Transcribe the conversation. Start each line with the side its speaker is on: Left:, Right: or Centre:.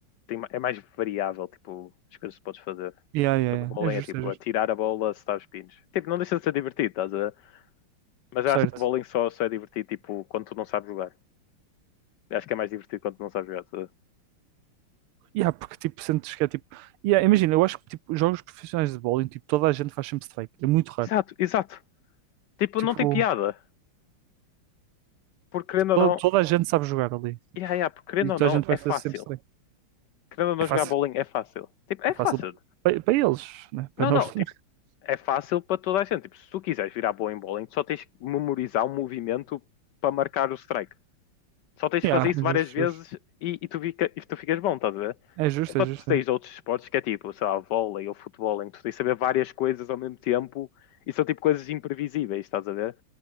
Left: tem, ma- é mais variável, tipo, as coisas que podes fazer.
Right: Yeah, yeah,
Left: No bowling
Right: yeah. É justo,
Left: é tipo,
Right: é justo.
Left: atirar a bola se estás pinos. Tipo, não deixa de ser divertido, estás a ver? Mas
Right: Certo.
Left: eu acho que bowling só, só é divertido, tipo, quando tu não sabes jogar. Eu acho que é mais divertido quando tu não sabes jogar, estás a ver?
Right: Yeah, porque tipo, sentes que é tipo. Yeah, imagina, eu acho que tipo, jogos profissionais de bowling, tipo, toda a gente faz sempre strike. É muito raro.
Left: Exato, exato. Tipo,
Right: Tipo,
Left: não tem piada. Porque querendo ou
Right: toda,
Left: não,
Right: toda a gente sabe jogar ali.
Left: Yeah, yeah, porque querendo
Right: E toda
Left: ou não,
Right: a gente vai
Left: é fácil.
Right: fazer sempre strike.
Left: Querendo ou não
Right: É fácil.
Left: jogar bowling é fácil. Tipo, é
Right: É
Left: fácil.
Right: fácil para, para eles, né? Para
Left: Não,
Right: nós
Left: não,
Right: também.
Left: tipo,
Right: <laughs>
Left: é fácil para toda a gente. Tipo, se tu quiseres virar bom em bowling, tu só tens que memorizar o movimento para marcar o strike. Só tens
Right: Yeah,
Left: de fazer isso
Right: é
Left: várias
Right: justo,
Left: vezes
Right: é justo.
Left: e, e tu, fica- e tu ficas bom, estás a ver?
Right: É justo,
Left: Enquanto
Right: é justo.
Left: tu tens
Right: é.
Left: outros esportes que é tipo, sei lá, vôlei ou futebol, em que tu tens de saber várias coisas ao mesmo tempo e são tipo coisas imprevisíveis, estás a ver?